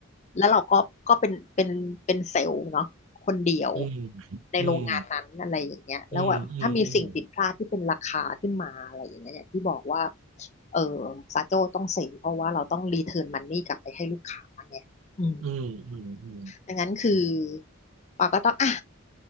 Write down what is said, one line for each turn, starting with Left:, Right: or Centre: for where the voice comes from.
Left: แล้วเราก็ก็เป็นเป็นเป็นเซลล์เนาะคนเดียว
Right: อืม
Left: ในโรงงานนั้นอะไรอย่างเงี้ยแล้วแบบถ้ามีสิ่งผิดพลาดที่เป็นราคาขึ้นมาอะไรอย่างเงี้ยอย่างที่บอกว่า
Right: อืมอืมอืมอืม
Left: เออซาโจ้ต้องเซ็นเพราะว่าเราต้องรีเทิร์นมันนี่กลับไปให้ลูกค้าไงอืม
Right: อืมอืมอืม
Left: ดังนั้นคือปาก็ต้องอ่ะ